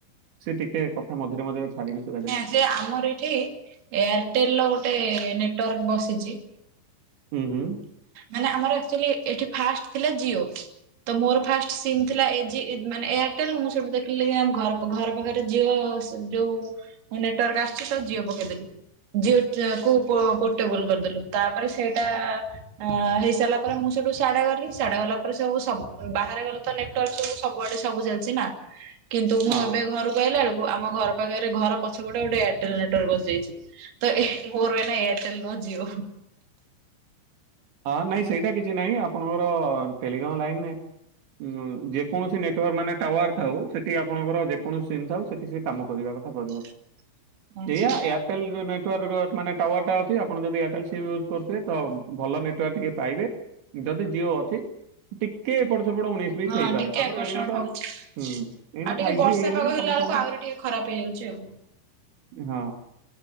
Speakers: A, on the right; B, on the right.
A: ସେଟିକେ କଥା ମଝରେମଝିରେ ଛାଡ଼ିକି ସୁବାଯାଏ।
B: ସେଆମର ଏଠି ଏୟାରଟେଲ୍ ଗୋଟେ ନେଟୱାର୍କ ବସିଚି
A: ହୁଁ ହୁଁ।
B: ମାନେ ଆମର ଆକ୍ଚୁଲି ଏଠି ଫାଷ୍ଟ ଥିଲା ଜିଓ ତ ମୋର ଫାଷ୍ଟ ସିମ୍ ଥିଲା ଏ ଜି ମାନେ ଏୟାରଟେଲ୍ ମୁଁ ସେଇଠୁ ଦେଖିଲି ଘର୍ ଘର ପାଖରେ ଜିଓ ଯୋଉ ନେଟୱାର୍କ ଆସୁଚିତ ଜିଓ ପକେଇଦେଲି। <unintelligible> ପୋ-ପୋଟେବୁଲ କରିଦେଲୁ ତାପରେ ସେଇଟା ଅ ହେଇସାରିଲା ପରେ ମୁଁ ସେଠୁ ସାଆଢ଼େ ଗଲି ସାଡା ଗଲାପରେ ସବୁ-ସବୁ ବାହାରେ ଗଲି ତ ନେଟ ନେଟ ଇସୁ ସବୁଆଡେ ସବୁ ଚାଲିଛି ନା କିନ୍ତୁ ମୁଁ
A: ହଁ
B: ଏବେ ଘରକୁ ଆଇଲା ବେଳକୁ ଆମ ଘର ପାଖରେ ଘର ପଛ ପଟେ ଗୋଟେ ଏୟାରଟେଲ ନେଟୱାକ୍ ବସିଯାଇଛି। ତ ଏ ମୋ ର ଏଇନା ଏୟରଟେଲ ନୁହଁ ଜିଓ।
A: ହଁ ନାଇଁ ସେଇଟା କିଛି ନାହିଁ ଆପଣଙ୍କର ଟେଲିିଗାମ ଲାଇନରେ ଉଁ ଯେକୌଣସି ନେଟୱାର୍କ ମାନେ ଟାୱାର ଥାଉ ସେଠି ଆପଣଙ୍କର ଯେକୌଣସି ସିମ୍ ଥାଉ ସେଠି ସେ କାମ କରିବା କଥା କରିବ।
B: <unintelligible> ଆଚ୍ଛା।
A: ଏଇୟା ଏଇୟା ଏୟଟେଲ ନେଟୱାର୍କ ମାନେ ଟୱାର ଟା ଅଛି। ଆପଣ ଯଦି ଏୟାରଟଲ ସିମ୍ ୟୁଜ କରୁଥିବେ ତ ଭଲ ନେଟ ନେଟୱାର୍କ ଟିକେ ପାଇବେ! ଯଦି ଜିଅ ଅଛି ଟିକେ ଏପଟ ସେପଟ ଉଣେଇଶ ବିଶ
B: ହଁ
A: ହେଇପାରେ
B: ଟିକେ
A: ତାପରେ
B: ଏପଟ
A: ଏଇନା
B: ସେପଟ
A: ତ
B: ହଉଚି। ଆଉ
A: ହୁଁ ଏଇନା
B: ଟିକେ
A: ଫାଇଭ୍
B: ବର୍ଷା
A: ଜି ହେଇଗଲାଣି
B: ପାଗ ହେଲା
A: ସମସ୍ତଙ୍କର
B: ବେଳକୁ ଆହୁରି ଟିକେ ଖରାପ ହେଇଯାଉଛି ଆଉ।
A: ହଁ,